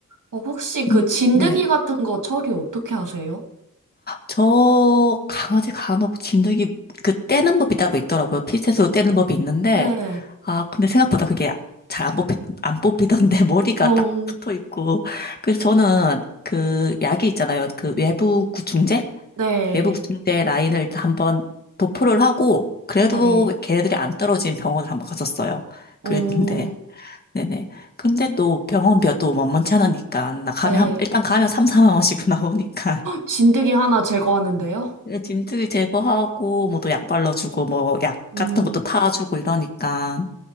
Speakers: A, on the right (about 70°); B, on the left (about 30°).
A: 어, 혹시 그
B: 음,
A: 진드기
B: 네네.
A: 같은 거 처리 어떻게 하세요?
B: 저 강아지 간혹 진드기 그 떼는 법이 따로 있더라고요. 핀셋으로 떼는 법이 있는데
A: 네.
B: 아 근데 생각보다 그게 잘 안 뽑히 안 뽑히던데 <laughs> 머리가
A: 어,
B: 딱 붙어 있고 그래서 저는 그 약이 있잖아요. 그 외부 구충제
A: 네.
B: 외부 구충제 라인을 한번 도포를 하고 그래도
A: 네.
B: 걔네들이 안 떨어진 병원을 한번 갔었어요.
A: 어.
B: 그랬는데 네네. 근데 또 병원비가 또 만만치 않으니까 나 가면
A: 네.
B: 한- 일단 가면 3, 4만 원씩 <laughs> 나오니까
A: 진드기 하나 제거하는데요?
B: 예, 진트기 제거하고 뭐 또 약 발라주고 뭐 약
A: 음,
B: 같은 것도 타주고 이러니까